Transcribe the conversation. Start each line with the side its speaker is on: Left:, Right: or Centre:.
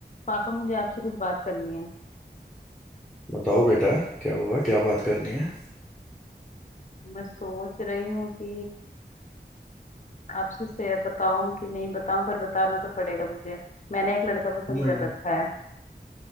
Left: पापा मुझे आपसे कुछ बात करनी है
Centre: बताओ बेटा क्या हुआ क्या बात करनी है
Left: मैं सोच रही हूँ कि आपसे से बताऊं कि नहीं बताऊं पर बताना तो पड़ेगा मुझे मैंने एक लड़का
Centre: हूँ
Left: पसंद कर
Centre: एकदम
Left: रखा है